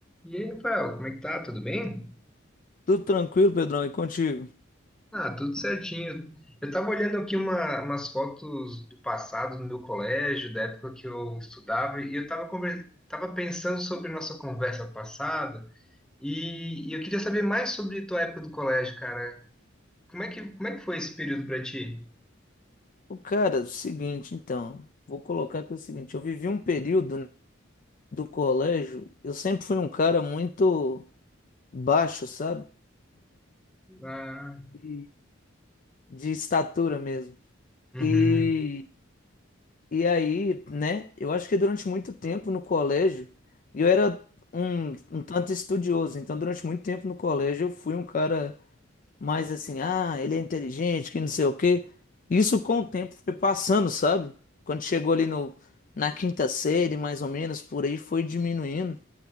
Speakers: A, in the centre; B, on the left (about 40°).
A: E aí, Rafael, como é que tá? Tudo bem?
B: Tudo tranquilo, Pedrão, e contigo?
A: Ah, tudo certinho. Eu tava olhando aqui uma- umas fotos do passado no meu colégio, da época que eu estudava, e eu tava, conver- tava pensando sobre nossa conversa passada, e, e eu queria saber mais sobre tua época do colégio, cara. Como é que, como é que foi esse período pra ti?
B: O cara, seguinte, então, vou colocar aqui o seguinte, eu vivi um período né, do colégio, eu sempre fui um cara muito baixo, sabe?
A: Ah,
B: E De estatura mesmo.
A: uhum,
B: E, e aí, né, eu acho que durante muito tempo no colégio, eu era um, um tanto estudioso, então durante muito tempo no colégio eu fui um cara Mas assim, ah, ele é inteligente, que não sei o quê. Isso com o tempo foi passando, sabe? Quando chegou ali no, na quinta série, mais ou menos, por aí, foi diminuindo.